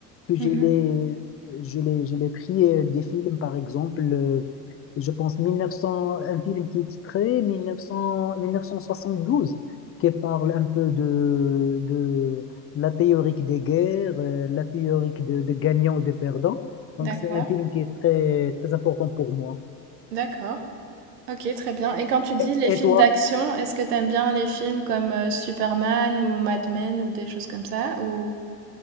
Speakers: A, on the left; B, on the right.
A: que je
B: Mhm.
A: l'ai je l'ai je l'ai pris euh, des films par exemple euh, je pense 1900 un film qui est titré mille mille neuf cents mille neuf cent soixante douze qui parle un peu de de la théorie des guerres euh, la théorie de, de gagnants ou de perdants donc
B: d'accord,
A: c'est un film qui est très très important pour moi
B: d'accord. OK, très bien. Et quand tu dis
A: et,
B: les
A: et
B: films
A: toi?
B: d'action, est-ce que t'aimes bien les films comme euh, Superman ou Mad Men ou des choses comme ça ou...